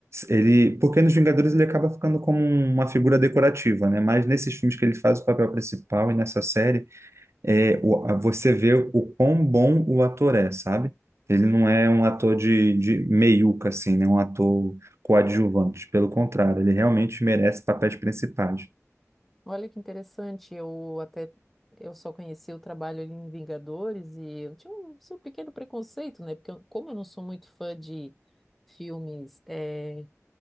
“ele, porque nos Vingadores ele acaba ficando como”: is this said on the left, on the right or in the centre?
Right